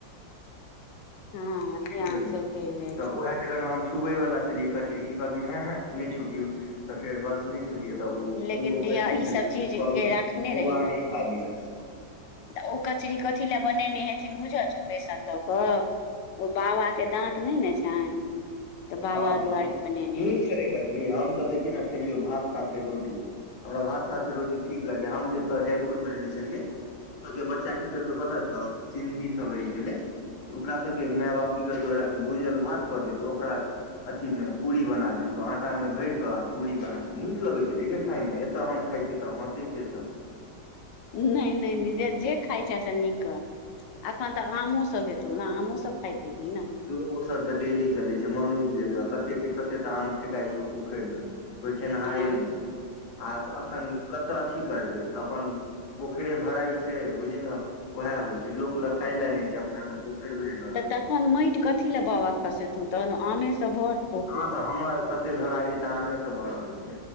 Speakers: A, on the left; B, on the left.
A: <inaudible>
B: हँ
A: की
B: ध्यान
A: बुझलही
B: सब चलि जाइ
A: तऽ
B: छै
A: उहे जरन हम छुबै वला छलियै कचरी की कहलिन हे हे नै छुबियौ तऽ फेर बस नै छुलियै तऽ ओ
B: लेकिन
A: दूगो
B: धिया
A: कचरी
B: ई
A: छले
B: सब
A: ओ
B: चीज
A: कहलकै
B: के राखने रही
A: बौआ
B: ने
A: अहीं खा लिए
B: तऽ ओ कचरी कथी लऽ ब नेने हेथिन बुझल छौ बेसन दऽ कऽ ओ बाबा कऽ दाँत नै न छैन तऽ बाबा
A: हँ तऽ
B: दुआरे बनेने
A: नीक
B: हेथिन
A: छलै हम तऽ देखी ने खेलियौ भात साथे रोटी हमरा भात साथे रोटी ठीक लगै हम जेतऽ जयपुर में रहै छलियै ओतऽ कऽ बच्चा की करतौ पता छौ सिन्धी सब रहै छै लै ओकरा सब कऽ मैय बाप की करतौ भूजल भात कऽ देतौ ओकरा अथी में पूरी बना देतो आटा में भैर कऽ पूरी बना नीक लगैत छलै गै खाय में ऐत हम खाइ छियै तऽ हँसै छैै सब
B: नै नै नै जे जे खाइ छै से नी क अखन तऽ आमो सब हेतौ न आमो सब खैत हेबही न
A: धु ओ सब तऽ डेली चलै छै मन उइब गेलो कते केँ कते तऽ आम फेेकई छौ पोखैर में कोइ खेनहारे
B: हँ
A: नै छै आब एखन कत अथी करबै तऽ अपन पोखरे भराई छै बुझी न उहै होय छै लोक लऽ खाय लऽ नै छै अपना सब पोखैर भैर
B: तऽ तखन माइट कथी लए बाबा खसेथुन तहन आमे स भर पोखरि
A: हँ तऽ हमर कते घरारी तऽ आमे से भरल छै